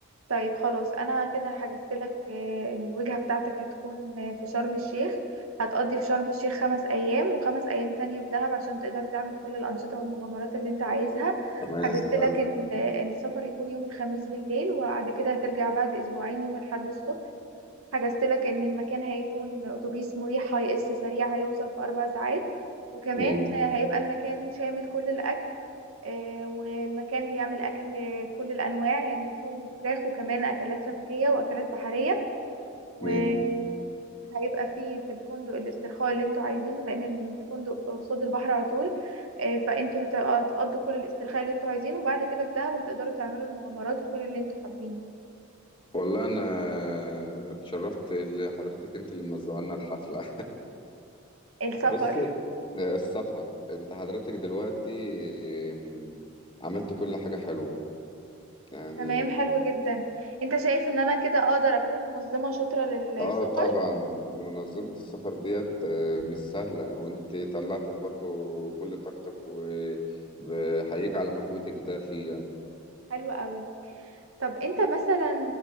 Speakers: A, on the right; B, on the left.
A: طيب خلاص انا كده حجزت لك آه، الوجهة بتاعتك هتكون آه، في شرم الشيخ هتقضي في شرم الشيخ خمس ايام وخمس ايام تانية في دهب عشان تقدر تعمل كل الانشطة والمغامرات اللي انت عايزها
B: تمام
A: حجزت لك
B: حلو
A: ان آه، السفر يكون يوم الخميس بالليل وبعد كده هترجع بعد اسبوعين يوم الاحد الصبح حجزت لك ان المكان هيكون اتوبيس مريح هيقص سريع هيوصل في اربع ساعات وكمان
B: مم.
A: هيبقى المكان شامل كل الاكل آه، والمكان بيعمل اكل كل الانواع يعني لحوم وفراخ وكمان اكلات سمكيه واكلات بحريه وهيبقى
B: مم.
A: فيه في الفندق الاسترخاء اللي انتوا عايزينه لان الفندق قصاد البحر على طول آه، فانتوا هت- هتقضوا كل الاسترخاء اللي انتوا عايزينه وبعد كده في دهب هتقدروا تعملوا المغامرات وكل اللي انتوا حابين
B: والله انا اتشرفت لحضرتك انت اللي منظمه لنا الحفله <laughs>
A: السفر
B: بصي السفر انت حضرتك دلوقتي مم، عملت كل حاجه حلوه يعني
A: تمام حلو جدا انت شايف ان انا كده اقدر اكون منظمة شاطرة للسفر
B: اه طبعا منظمه السفر ديت آه، مش سهله وانت طلعت برضو كل طاقتك وبحييك على مجهودك ده فيه يعني
A: حلو قوي طب انت مثلا